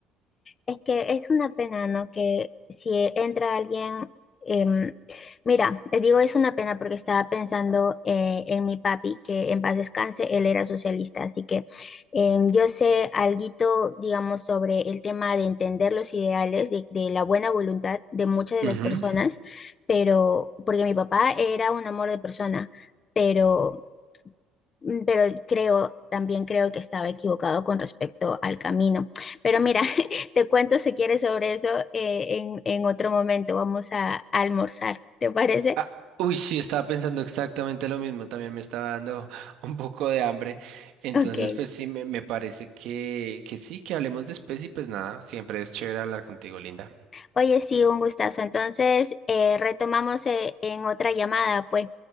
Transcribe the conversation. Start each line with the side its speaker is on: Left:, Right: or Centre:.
Left: Es que es una pena, ¿no? Que si entra alguien, em, mira, les digo es una pena porque estaba pensando eh, en mi papi, que en paz descanse, él era socialista, así que em, yo sé alguito, digamos, sobre el tema de entender los ideales, de, de la buena voluntad de muchas de
Right: Ujú.
Left: las personas, pero porque mi papá era un amor de persona. Pero mm, pero creo, también creo que estaba equivocado con respecto al camino. Pero mira, <laughs> te cuento si quieres sobre eso eh, en, en otro momento. Vamos a, almorzar, ¿te parece?
Right: Ah, uy, sí, estaba pensando exactamente lo mismo. También me estaba dando <laughs> un poco de hambre. Entonces,
Left: Ok.
Right: pues sí, me, me parece que, que sí, que hablemos después y pues nada, siempre es chévere hablar contigo, Linda.
Left: Oye, sí, un gustazo. Entonces, eh, retomamos eh, en otra llamada, pues.